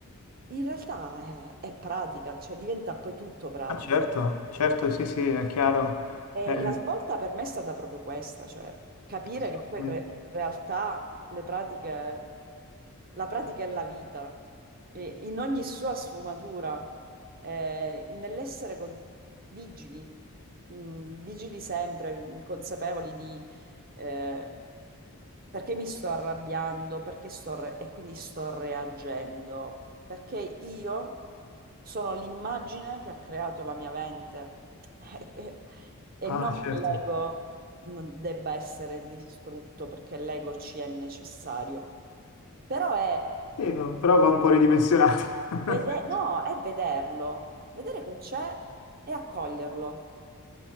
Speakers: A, on the right; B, on the left.
A: in realtà è, è pratica, cioè diventa poi tutto pratica.
B: Ah, certo, certo, sì, sì, è chiaro.
A: E
B: Eh,
A: la svolta per me è stata proprio questa, cioè capire
B: assolutamente.
A: che poi in re- in realtà le pratiche, la pratica è la vita, e in ogni sua sfumatura, eh, nell'essere con- vigili, mh, vigili sempre, mh, consapevoli di eh, perché mi sto arrabbiando, perché sto re- e quindi sto reagendo, perché io sono l'immagine che ha creato la mia mente <laughs> e
B: Ah,
A: non che
B: certo.
A: l'ego non debba essere distrutto perché l'ego ci è necessario, però è,
B: Sì, no, però va un po' ridimensionato.
A: vede-
B: <laughs>
A: no, è vederlo, vedere che c'è e accoglierlo